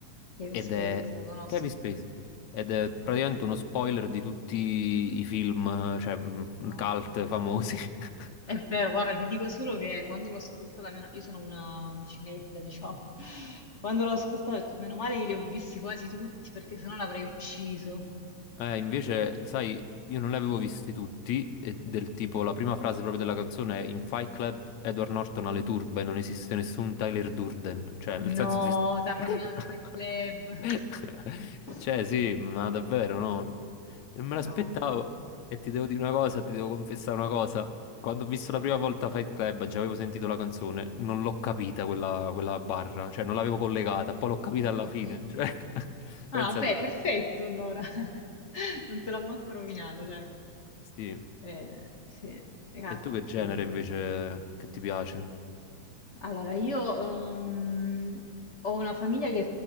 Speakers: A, on the left (about 25°); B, on the left (about 70°).
A: Kevin
B: ed
A: Spacey,
B: è...
A: sì, la conosco.
B: Kevin Spacey. Ed è praticamente
A: Sì.
B: uno spoiler di tutti i film, cioè, mh,
A: Mamma
B: cult
A: mia.
B: famosi. <laughs>
A: È vero, guarda, ti dico solo che quando l'ho ascoltata, meno... io sono una cinefila, diciamo, <laughs> quando l'ho ascoltata ho detto meno male che li ho visti quasi tutti perché sennò l'avrei ucciso.
B: Eh, invece, sai, io non li avevo visti tutti, e del tipo la prima frase proprio della canzone è In Fight Club Edward Norton alle turbe, non esiste nessun Tyler Durden, cioè nel senso
A: No,
B: di...
A: t'ha
B: <laughs>
A: rovinato Fight Club. <laughs>
B: Cioè sì, ma davvero no, non me l'aspettavo
A: No,
B: e ti devo dire una cosa, ti devo confessare una cosa, quando ho visto la prima volta Fight Club, già avevo sentito la canzone, non l'ho capita quella, quella barra, cioè non l'avevo collegata, poi l'ho capita alla
A: ok.
B: fine, cioè, <laughs> pensate,
A: Ah, beh, perfetto allora. <laughs> Non te l'ho manco rovinato, dai.
B: sì.
A: Eh, sì, ah,
B: E tu
A: che
B: che genere
A: film
B: invece
A: quello.
B: che ti piace?
A: Allora, io ehm, ho una famiglia che